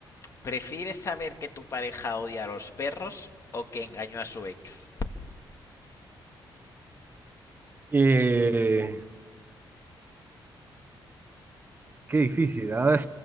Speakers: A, on the left (about 40°); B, on the right (about 25°).
A: ¿Prefieres saber que tu pareja odia a los perros o que engañó a su ex?
B: Eh, qué difícil, a ver.